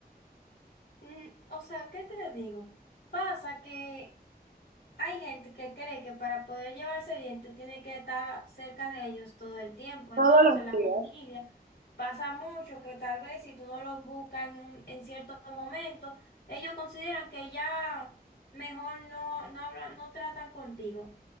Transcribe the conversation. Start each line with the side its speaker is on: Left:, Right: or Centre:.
Left: mm, o sea, ¿qué te digo? Pasa que Hay gente que cree que para poder llevarse bien tú tienes que estar cerca de ellos todo el tiempo. Entonces,
Right: Todos los
Left: la
Right: días.
Left: familia pasa mucho que tal vez si tú no los buscas en, un- en cierto momento, ellos consideran que ya mejor no, no hablan, no tratan contigo.